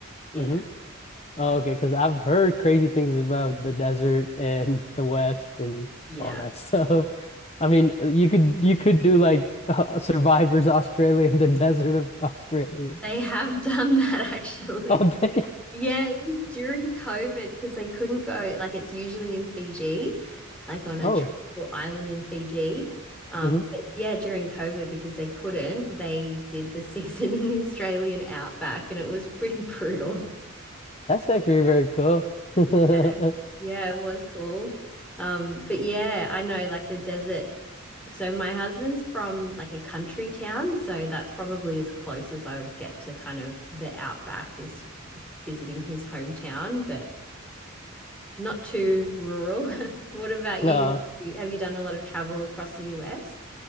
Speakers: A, in the centre; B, on the left (about 30°).
A: yeah.
B: hmm Oh,
A: But
B: okay, because I've heard crazy things about the desert and the West and
A: yeah.
B: all that <laughs> stuff. I mean,
A: Yeah.
B: uh, you could you could do like <laughs> uh, Survivors Australia and the desert of Australia.
A: They have done that <laughs> actually.
B: Oh, <laughs> dang.
A: Yeah, it was during COVID because they couldn't go. Like it's usually in Fiji, like on a
B: Oh,
A: tropical island in Fiji. Um,
B: mhm.
A: but yeah, during COVID because they couldn't, they did the <laughs> season in the Australian outback, and it was pretty brutal.
B: That's actually very cool. <laughs> hmm
A: Yeah, yeah, it was cool. Um, but yeah, I know like the desert. So my husband's from like a country town, so that's probably as close as I would get to kind of the outback is visiting his hometown, but. Not too rural. <laughs> What about you?
B: Uh,
A: Have you done a lot of travel across the US?